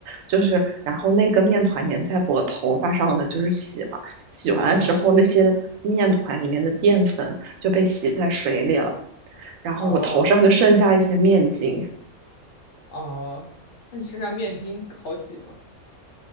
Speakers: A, on the right (about 85°); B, on the left (about 65°).
A: 就是然后那个面团粘在我头发上的就是洗嘛，洗完了之后那些面团里面的淀粉就被洗在水里了。
B: 哦。嗯
A: 然后我头上就剩下一些面筋，
B: 哦哦，那你身上面巾好洗吗？